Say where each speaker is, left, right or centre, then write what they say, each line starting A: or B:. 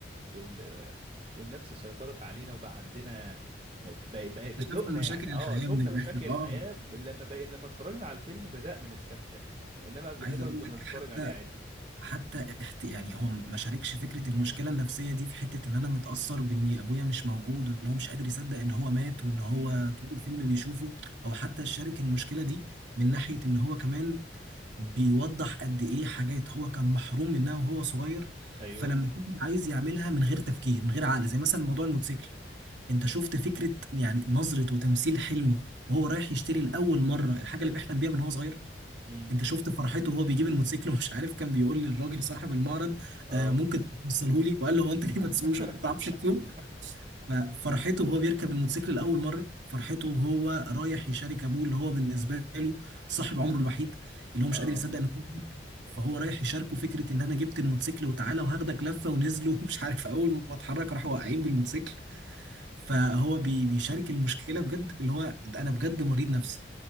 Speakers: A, on the right; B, on the right.
A: وال والنفس سيطرت علينا وبقى عندنا بقى بقى-
B: اكتشفنا
A: بدقنا
B: مشاكل
A: يعني اه
B: الحياه
A: شفنا
B: من الاخر
A: مشاكل الحياة
B: اه
A: لما بقى لما اتفرجنا على الفيلم بدأنا نستمتع بيه انما قبل
B: عايز
A: كده
B: اقول
A: كنا
B: لك
A: بنتفرج
B: حتى
A: عليه عادي
B: حتى احت... يعني هو ما شاركش فكره المشكله النفسيه دي في حته ان انا متاثر بان ابويا مش موجود وان هو مش قادر يصدق ان هو مات وان هو
A: امم
B: طول الفيلم بيشوفه او حتى شارك المشكله دي من ناحيه ان هو كمان بيوضح قد ايه حاجات هو كان محروم منها وهو صغير
A: ايوه
B: فلما كان عايز يعملها من غير تفكير من غير عقل زي مثلا موضوع الموتوسيكل انت شفت فكره يعني نظره وتمثيل حلمي وهو رايح يشتري لاول مره الحاجه اللي بيحلم بيها من هو صغير
A: امم
B: انت شفت فرحته وهو بيجيب الموتوسيكل ومش عارف كان بيقول للراجل صاحب المعرض
A: اه
B: آه ممكن توصلهولي وقال له هو انت ليه
A: <laughs>
B: ما تسوقوش انت ما بتعرفش تسوق ففرحته وهو بيركب الموتوسيكل لاول مره فرحته وهو رايح يشارك ابوه اللي هو بالنسبه له صاحب عمره الوحيد اللي هو مش
A: اه
B: قادر يصدق انه جديد. فهو رايح يشاركه فكره ان انا جبت الموتوسيكل وتعالى وهاخدك لفه ونزلوا <laughs> مش عارف اول ما اتحرك راحوا واقعين بالموتوسيكل فهو بي- بيشارك المشكله بجد اللي هو ده انا بجد مريض نفسي